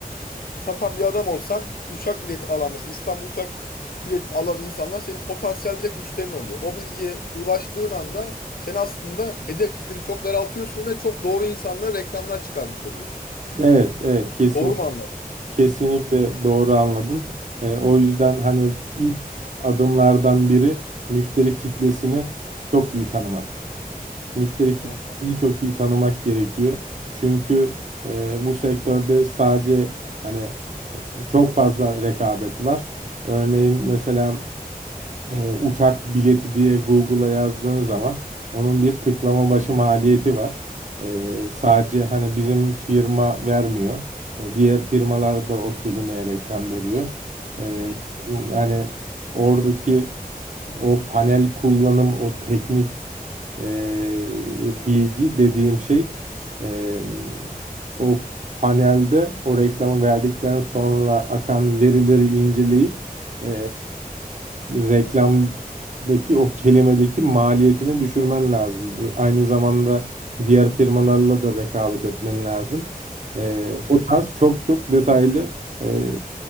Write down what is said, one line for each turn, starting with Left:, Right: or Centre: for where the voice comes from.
Left: satan bir adam olsan uçak bileti alan mesela İstanbul uçak bileti alan insanlar senin potansiyel direkt müşterin oluyor. O bilgiye ulaştığın anda sen aslında hedef kitleni çok daraltıyorsun ve çok doğru insanlara reklamlar çıkarmış oluyorsun.
Right: evet evet kesin
Left: Doğru mu anladım?
Right: kesinlikle doğru anladın. Ee, o yüzden hani ilk adımlardan biri müşteri kitlesini çok iyi tanımak. Müşteri kitlesini
Left: Hı
Right: çok iyi tanımak gerekiyor. Çünkü e, bu sektörde sadece hani çok fazla rekabet var. Örneğin mesela e, uçak bileti diye Google'a yazdığın zaman onun bir tıklama başı maliyeti var. E, sadece hani bizim firma vermiyor. E, diğer firmalar da o kelimeye reklam veriyor. E,
Left: hı
Right: hani oradaki o panel kullanım, o teknik e, bilgi dediğim şey e, o panelde o reklamı verdikten sonra akan verileri inceleyip e, reklamdaki o kelimedeki maliyetini düşürmen lazım. Aynı zamanda diğer firmalarla da rekabet etmen lazım. E,
Left: hı. hı,
Right: o tarz çok çok detaylı e,